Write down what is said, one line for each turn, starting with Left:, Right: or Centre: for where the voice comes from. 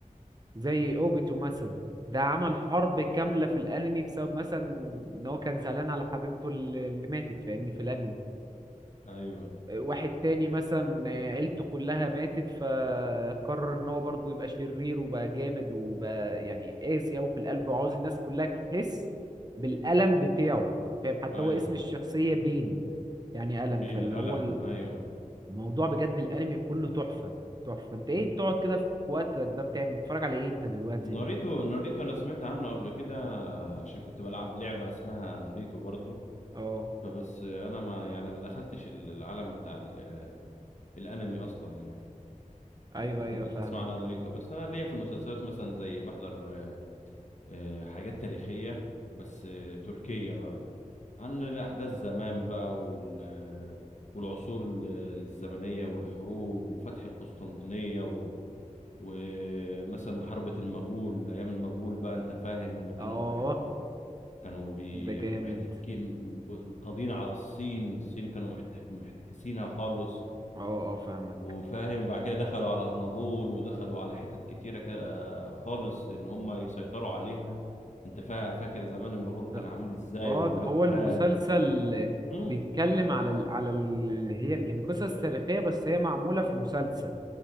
Right: زي اوبيتو مثلا ده عمل حرب كاملة في الانمي بسبب مثلا ان هو كان زعلان على حبيبته اللي اللي ماتت فاهمني في الانمي
Left: ايوه
Right: واحد تاني مثلا آه، عيلته كلها ماتت فقرر ان هو برضه يبقى شرير وبقى جامد وبقى يعني قاسي أوي في القلب وعاوز الناس كلها تحس بالألم بتاعه فاهم حتى
Left: ايوه
Right: هو اسم الشخصية بين يعني ألم
Left: بين
Right: فاللي
Left: الألم
Right: هو
Left: ايوه
Right: الموضوع بجد الأنمي كله تحفة تحفة انت ايه بتقعد كده في وقتك ده بتعمل بتتفرج على ايه انت دلوقتي
Left: ناريتو ناريتو انا سمعت عنه قبل كده عشان كنت بلعب لعبة اسمها ناريتو برضو
Right: اه
Left: فبس انا ما يعني ما دخلتش العالم بتاع ال- الانمي اصلا يعني
Right: ايوه
Left: لكن
Right: ايوه
Left: كنت
Right: فاهمك
Left: اسمع على ناريتو بس انا ليا في المسلسلات مثلا زي بحضر آه، آه، حاجات تاريخية بس آه، تركية بقى عن الاحداث زمان بقى وال آه، والعصور ال- آه، الزمنية والحروب وفتح القسطنطينية و... ومثلا محاربة المغول أيام المغول بقى أنت فاهم ولا كانوا
Right: اه
Left: بيحت... كانوا بي...
Right: ده جامد
Left: محتكين ب- قاضين على الصين الصين كانوا محتك... محتكسينها خالص
Right: اه اه فاهمك
Left: وفاهم وبعد كده دخلوا على اناضول ودخلوا على حتت كتيره كده آه، خالص ان هم يسيطروا عليها انت فا- فاكر زمان المغول
Right: ده
Left: كان عامل ازاي
Right: اه
Left: وهولاكو
Right: ده هو
Left: خان
Right: المسلسل
Left: و... مم.
Right: بيتكلم على ال... على ال... اللي هي يعني قصص تاريخية بس هي معمولة في مسلسل